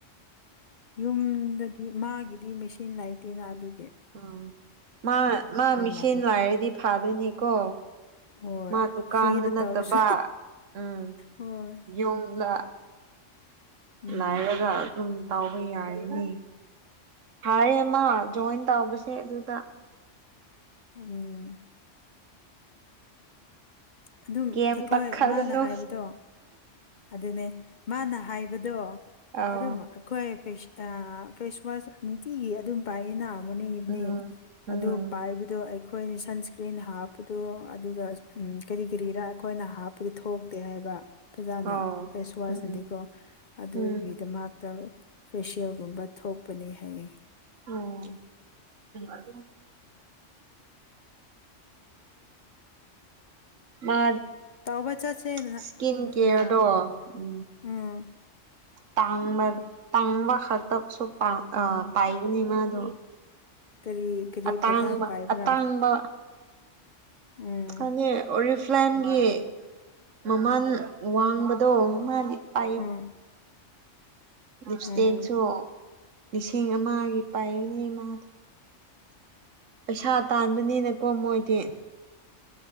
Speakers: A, on the left; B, on the right.
A: ꯌꯨꯝꯗꯗꯤ ꯃꯥꯒꯤꯗꯤ ꯃꯦꯆꯤꯟ ꯂꯩꯇꯦꯅ ꯑꯗꯨ
B: ꯎ ꯃꯥ ꯃꯥ ꯃꯤꯁꯦꯟ
A: ꯃꯥꯜꯂꯦ
B: ꯂꯥꯏꯔꯗꯤ ꯐꯥꯗꯣꯏꯅꯤꯀꯣ
A: ꯍꯣꯏ
B: ꯃꯥ ꯗꯨꯀꯥꯟꯗ
A: ꯐ꯭ꯔꯤꯗ
B: ꯅꯠꯇꯕ
A: ꯇꯧꯔꯁꯨ
B: ꯎꯝ
A: ꯍꯣꯏ
B: ꯌꯨꯝꯗ
A: ꯎꯝ
B: ꯂꯥꯏꯔꯒ ꯑꯗꯨꯝ ꯇꯕ ꯌꯥꯔꯅꯤ ꯐꯔꯦꯃ ꯖꯣꯏꯟ ꯇꯧꯕꯁꯦ ꯑꯗꯨꯗ
A: ꯎꯝ ꯑꯗꯨꯝ
B: ꯀꯩꯝꯇ
A: ꯑꯩꯈꯣꯏ
B: ꯈꯜꯂꯨꯅꯨ
A: ꯃꯥꯅ ꯍꯥꯏꯕꯗꯣ ꯑꯗꯨꯅꯦ ꯃꯥꯅ ꯍꯥꯏꯕꯗꯣ
B: ꯑꯧ
A: ꯑꯗꯨꯝ ꯑꯩꯈꯣꯏ ꯐꯦꯁꯋꯥꯁ ꯅꯨꯡꯇꯤꯒꯤ ꯑꯗꯨꯝ ꯄꯥꯏꯌꯦꯅ ꯃꯣꯔꯅꯤꯡ ꯏꯚꯅꯤꯡ
B: ꯎꯝ ꯎꯝ
A: ꯑꯗꯨ ꯄꯥꯏꯕꯗꯣ ꯑꯩꯈꯣꯏꯅ ꯁꯟꯁꯀ꯭ꯔꯤꯟ ꯍꯥꯞꯄꯗꯣ ꯑꯗꯨꯒ ꯎꯝ ꯀꯔꯤ ꯀꯔꯤꯔꯥ ꯑꯩꯈꯣꯏꯅ ꯍꯥꯞꯄꯗꯤ ꯊꯣꯛꯇꯦ ꯍꯥꯏꯕ ꯑꯣꯖꯥꯅ
B: ꯑꯣ
A: ꯐꯦꯁ ꯋꯥꯁꯅꯗꯤꯀꯣ
B: ꯎꯝ
A: ꯑꯗꯨꯒꯤꯗꯃ
B: ꯎꯝ
A: ꯐꯦꯁꯤꯌꯦꯜꯒꯨꯝꯕ ꯊꯣꯛꯄꯅꯦ ꯍꯥꯏꯌꯦ
B: ꯑꯣ ꯑꯗꯨ ꯃꯥ
A: ꯇꯧꯕ ꯆꯠꯁꯦ ꯅ
B: ꯏꯁꯀꯤꯟ ꯀꯦꯌꯔꯗꯣ
A: ꯑ
B: ꯎ
A: ꯎꯝ
B: ꯇꯥꯡꯕ ꯇꯥꯡꯕ ꯈꯛꯇꯁꯨ ꯄ ꯑ ꯄꯥꯏꯕꯅꯦ ꯃꯥꯗꯨ
A: ꯀꯔꯤ ꯀꯔꯤ
B: ꯑꯇꯥꯡꯕ
A: ꯄ꯭ꯔꯗꯛ ꯄꯥꯏꯕ꯭ꯔꯥ
B: ꯑꯇꯥꯡꯕ
A: ꯎꯝ
B: ꯑꯅꯤ ꯑꯣꯔꯤꯐ ꯐꯥꯏꯝꯒꯤ ꯃꯃꯥꯟ ꯋꯥꯡꯕꯗꯣ ꯃꯥꯗꯤ ꯑ
A: ꯎꯝ
B: ꯂꯤꯞ ꯏꯁꯇꯤꯦꯛꯁꯨ
A: ꯎꯝ
B: ꯂꯤꯁꯤꯡ ꯑꯃꯒꯤ ꯄꯥꯏꯕꯅꯦ ꯃꯥꯗꯣ ꯄꯩꯁꯥ ꯇꯥꯟꯕꯅꯤꯅꯀꯣ ꯃꯣꯏꯗꯤ